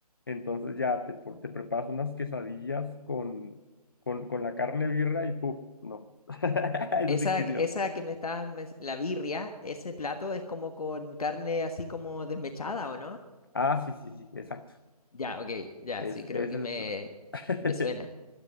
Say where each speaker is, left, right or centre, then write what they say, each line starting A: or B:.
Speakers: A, on the left; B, on the left.
A: entonces ya te, por- te preparas unas quesadillas con, con, con la carne de birria y puff, no. <laughs> Es
B: Esa,
A: riquísimo.
B: esa que me estabas, mes- la birria, ese plato es como con carne así como desmechada, ¿o no?
A: Ah, sí, sí, sí, exacto.
B: Ya, ok, ya,
A: Es,
B: sí, creo
A: ese
B: que me,
A: es. <laughs>
B: me suena.